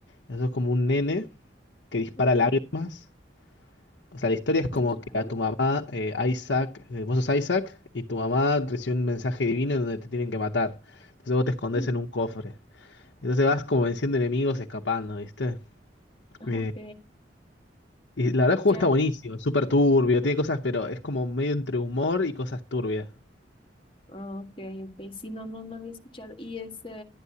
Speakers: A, on the left; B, on the left.
A: Eso es como un nene que dispara
B: Ujú,
A: lágrimas. O sea, la historia es como
B: Ya.
A: que a tu mamá, eh, Isaac, eh, vos sos Isaac, y tu mamá recibe un mensaje divino en donde te tienen que matar. Entonces vos te escondes
B: Mm,
A: en un cofre. Entonces vas como venciendo enemigos, escapando, ¿viste?
B: ah,
A: Eh,
B: Ok,
A: y la verdad el juego
B: ya.
A: está buenísimo, súper turbio, tiene cosas, pero es como medio entre humor y cosas turbias.
B: ah, Ok, ok. Sí, no, no, no había escuchado. Y es,